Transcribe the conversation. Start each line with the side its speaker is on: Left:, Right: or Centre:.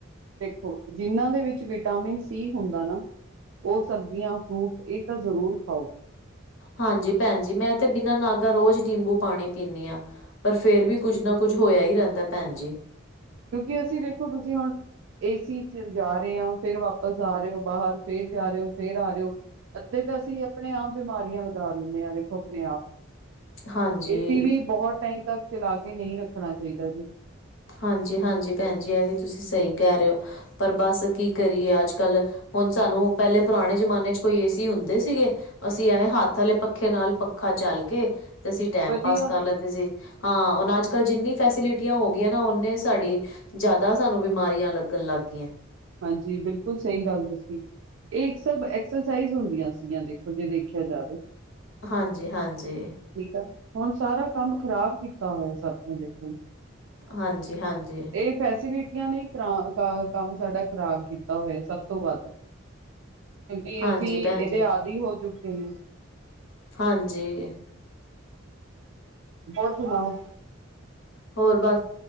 Right: ਦੇਖੋ ਜਿਨਾਂ ਦੇ ਵਿੱਚ ਵਿਟਾਮਿਨ ਸੀ ਹੁੰਦਾ ਨਾ ਉਹ ਸਬਜ਼ੀਆਂ ਫਰੂਟ ਇਹ ਤਾਂ ਜ਼ਰੂਰ ਖਾਓ‌।
Left: ਹਾਂਜੀ ਭੈਣ ਜੀ ਮੈਂ ਤੇ ਬਿਨਾਂ ਨਾਗਾ ਰੋਜ਼ ਨਿੰਬੂ ਪਾਣੀ ਪੀਂਦੀ ਆਂ। ਪਰ ਫੇਰ
Right: ਅੱਛਾ।
Left: ਵੀ ਕੁੱਝ ਨਾ ਕੁੱਝ ਹੋਇਆ ਹੀ ਰਹਿੰਦਾ ਭੈਣ ਜੀ।
Right: ਕਿਉਂਕਿ ਅਸੀਂ ਦੇਖੋ ਤੁਸੀਂ ਹੁਣ ਏਸੀ ਚ ਜਾ ਰਹੇ ਹਾਂ, ਫਿਰ ਵਾਪਸ ਆ ਰਹੇ ਹੋ ਬਾਹਰ ਫਿਰ ਜਾ ਰਹੇ ਹੋ ਫੇਰ ਆ ਰਹੇ ਹੋ ਅੱਧੇ ਤਾਂ ਅਸੀਂ ਆਪਣੇ ਆਪ ਬਿਮਾਰੀਆਂ ਲਗਾ ਲੈਂਨੇ ਆ, ਦੇਖੋ ਆਪਣੇ ਆਪ ਨੂੰ
Left: ਹਾਂਜੀ।
Right: ਏਸੀ ਵੀ ਬਹੁਤ ਟਾਈਮ ਤੱਕ ਚਲਾ ਕੇ ਨਹੀਂ ਰੱਖਣਾ ਚਾਹੀਦਾ ਜੀ।
Left: ਹਾਂਜੀ ਹਾਂਜੀ ਭੈਣ ਜੀ ਇਹ ਵੀ ਤੁਸੀਂ ਸਹੀ ਕਹਿ ਰਹੇ ਹੋ, ਪਰ ਬਸ ਕੀ ਕਰੀਏ ਅੱਜ ਕੱਲ। ਹੁਣ ਸਾਨੂੰ ਪਹਿਲੇ ਪੁਰਾਣੇ ਜਮਾਨੇ ਚ ਕੋਈ ਏ ਸੀ ਹੁੰਦੇ ਸੀਗੇ। ਅਸੀਂ ਐਵੇਂ ਹੱਥ ਵਾਲੇ ਪੱਖੇ ਨਾਲ ਪੱਖਾ ਝਲ ਕੇ ਤੇ ਅਸੀਂ ਟਾਈਮ
Right: ਵਧੀਆ
Left: ਪਾਸ ਕਰ ਲੈਂਦੇ ਸੀ, ਹਾਂ ਹੁਣ ਅੱਜ ਕੱਲ੍ਹ ਜਿੰਨੀ ਫੈਸਿਲਿਟੀ ਹੋ ਨਾ ਓਨੇ ਸਾਡੀ ਜ਼ਿਆਦਾ ਸਾਨੂੰ ਬਿਮਾਰੀਆਂ ਲੱਗਣ ਲੱਗ ਗਈ ਐ।
Right: ਹਾਂਜੀ ਬਿਲਕੁਲ ਸਹੀ ਗੱਲ ਦਸੀ। ਇਹ ਇੱਕ ਸਭ ਐਕਸਰਸਾਈਜ਼ ਹੁੰਦੀਆਂ ਸੀਗੀਆਂ ਦੇਖੋ, ਜੇ ਦੇਖਿਆ ਜਾਵੇ
Left: ਹਾਂਜੀ ਹਾਂਜੀ।
Right: ਠੀਕ ਆ, ਹੁਣ ਸਾਰਾ ਕੰਮ ਖ਼ਰਾਬ ਕੀਤਾ ਹੋਇਆ ਸਭ ਨੇ ਦੇਖੋ
Left: ਹਾਂਜੀ ਹਾਂਜੀ।
Right: ਇਹ ਫੈਸਿਲਿਟੀਆਂ ਨੇ ਕਰ ਕੰਮ ਸਾਡਾ ਖ਼ਰਾਬ ਕੀਤਾ ਹੋਇਆ ਸਭ ਤੋਂ ਵੱਧ। ਕਿਉਂਕਿ
Left: ਹਾਂਜੀ
Right: ਅਸੀਂ
Left: ਭੈਣ
Right: ਇਹਦੇ
Left: ਜੀ
Right: ਆਦਿ ਹੋ ਚੁੱਕੇ ਹਾਂ।
Left: ਹਾਂਜੀ।
Right: ਹੋਰ ਸੁਣਾਓ?
Left: ਹੋਰ ਬਸ,